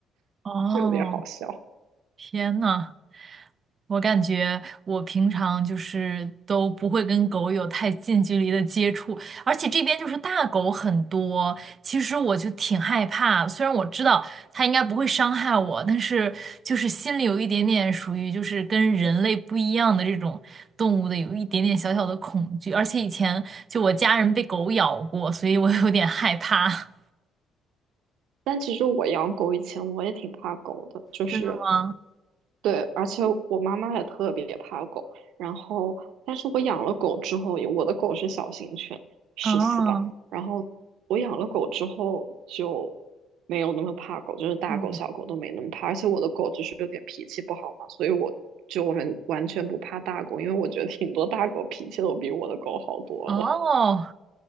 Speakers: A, on the right (about 45°); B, on the right (about 85°).
A: 哦。哦，
B: 就有点好笑。
A: 天呐！我感觉我平常就是都不会跟狗有太近距离的接触，而且这边就是大狗很多，其实我就挺害怕。虽然我知道它应该不会伤害我，但是就是心里有一点点属于就是跟人类不一样的这种动物的有一点点小小的恐惧。而且以前就我家人被狗咬过，所以我有点害怕。
B: 但其实我养狗以前我也挺怕狗的，就是
A: 真的吗？
B: 对，而且我妈妈也特别怕狗。然后，但是我养了狗之后，我的狗是小型犬，十四吧。
A: 哦，
B: 然后我养了狗之后就没有那么怕狗，就是大狗小狗都没那么怕。
A: 嗯
B: 而且我的狗就是有点脾气不好嘛，所以我就完完全不怕大狗，因为我觉得挺多大狗脾气都比我的狗好多了。
A: 哦，